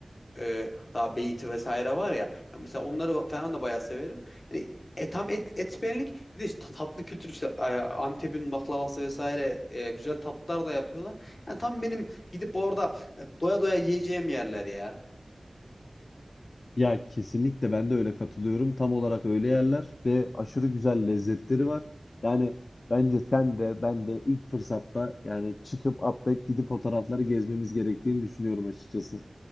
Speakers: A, on the left; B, on the left.
A: e, daha beyti vesaire var ya. Ya mesela onları falan da bayağı severim. Yani e, tam et, et benlik bir de işte tatlı kültür işte e, Antep'in baklavası vesaire e, güzel tatlılar da yapıyorlar. Yani tam benim gidip orada e, doya doya yiyeceğim yerler ya.
B: Ya kesinlikle ben de öyle katılıyorum. Tam olarak öyle yerler ve aşırı güzel lezzetleri var. Yani bence sen de ben de ilk fırsatta yani çıkıp atlayıp gidip o tarafları gezmemiz gerektiğini düşünüyorum açıkçası.